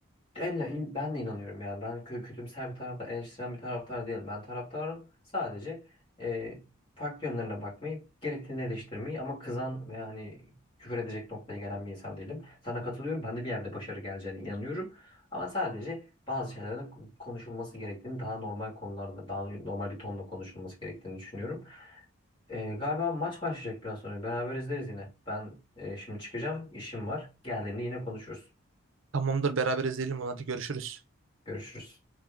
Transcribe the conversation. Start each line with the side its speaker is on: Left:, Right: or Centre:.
Left: elle, in- ben de inanıyorum yani. Ben kö- kötümser bir taraftar, eleştiren bir taraftar değilim. Ben taraftarım sadece e, farklı yönlerine bakmayı, gerektiğini eleştirmeyi ama kızan ve hani küfür edecek noktaya gelen bir insan değilim. Sana katılıyorum. Ben de bir yerde başarı geleceğine inanıyorum. Ama sadece bazı şeylerin konuşulması gerektiğini, daha normal konularda, daha normal bir tonla konuşulması gerektiğini düşünüyorum. Ee, galiba maç başlayacak biraz sonra. Beraber izleriz yine. Ben e, şimdi çıkacağım. İşim var. Geldiğimde yine konuşuruz.
Right: Tamamdır beraber izleyelim onu hadi görüşürüz.
Left: Görüşürüz.